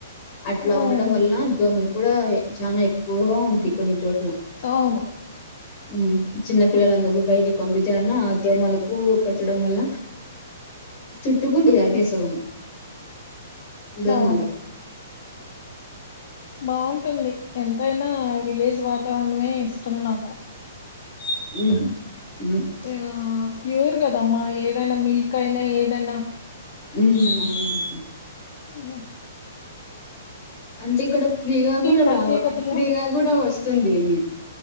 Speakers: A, on the left (about 25°); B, on the left (about 45°).
A: అట్ల
B: ఉమ్,
A: ఉండడం వల్ల దోమల్ కూడా చానా ఎక్ <unintelligible> గ ఉంది కొన్ని చోట్ల
B: అవును
A: హమ్ చిన్న పిల్లలందకు బయటికి పంపించాలన్న దోమలకు కర్చడం వల్ల చుట్టుకుంటే అవే సగం దోమలు
B: అవును బాగుంటుంది ఎంతయినా విలేజ్ వాతావరణం వే ఇష్టం నాకు
A: ఉ
B: ఆ ప్యూర్ కదమ్మా ఏదైనా మిల్క్ అయినా ఏదైనా
A: ఊ అవును
B: ఓ
A: అంటే ఇక్కడ ఫ్రీగా కూడా
B: ప్రత్యేకతలు
A: రావ ఫ్రీగా కూడా వస్తుంది. నీది